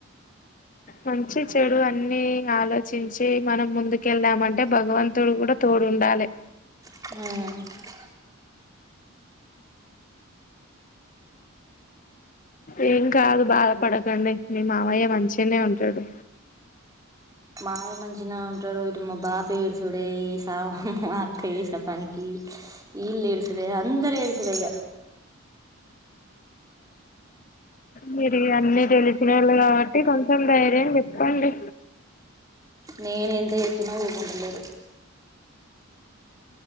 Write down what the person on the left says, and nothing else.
మంచి చెడు అన్నీ ఆలోచించి మనం ముందుకెళ్ళామంటే భగవంతుడు గుడా తో ఉండాలే
ఏం కాదు బాధ పడకండి మీ మావయ్య మంచిగనే ఉంటాడు
మీరు ఇగ అన్నీ తెలినిసోళ్ళు కాబట్టి కొంచెం ధైర్యం చెప్పండి